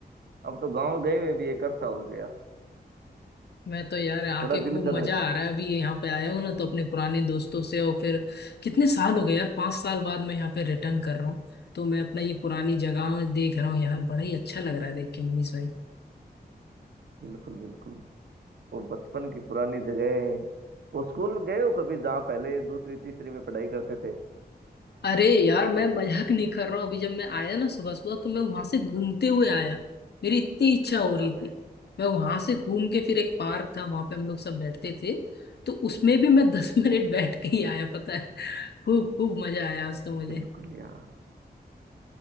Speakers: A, on the right; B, on the left.
A: अब तो गांव गए हुए भी एक अरसा हो गया
B: मैं तो यार आके
A: बड़ा
B: खूब
A: दिल कर
B: मजा
A: रहा है जाना
B: आ रहा है अभी यहाँ पे आया हूँ ना तो अपने पुराने दोस्तों से और फिर कितने साल हो गए यार पांच साल बाद मैं यहाँ पे रिटर्न कर रहा हूँ तो मैं अपना ये पुरानी जगह
A: अरे
B: देख रहा हूँ यार बड़ा ही अच्छा लग रहा है देख के मनीष भाई
A: बिल्कुल बिल्कुल वो बचपन की पुरानी जगह है वो स्कूल गए हो कभी जहाँ पहले दूसरी तीसरी में पढ़ाई करते थे
B: अरे यार मैं मजाक नहीं कर रहा हूँ अभी जब मैं आया ना सुबह सुबह तो मैं वहां से घूमते हुए आया मेरी इतनी इच्छा हो रही
A: अरे
B: थी मैं वहां से घूम के फिर एक पार्क था वहां पे हम लोग सब बैठते थे तो उसमें भी मैं दस <laughs> मिनट बैठ के ही आया पता है खूब खूब मजा आया आज तो मुझे
A: बिल्कुल यार